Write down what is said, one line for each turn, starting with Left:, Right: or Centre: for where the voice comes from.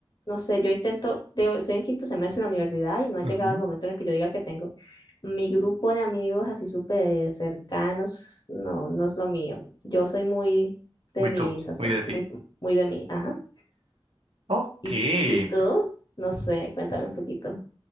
Left: No sé, yo intento, de, estoy en quinto semestre en la universidad y no ha
Right: Ujú.
Left: llegado el momento en el que yo diga que tengo mi grupo de amigos así súper cercanos, no, no es lo mío. Yo soy muy de
Right: Muy
Left: mi
Right: tú,
Left: sazón,
Right: muy de ti.
Left: muy, muy de mí, ajá.
Right: Ok,
Left: ¿Y, y tú?
Right: pr-
Left: No sé, cuéntame un poquito.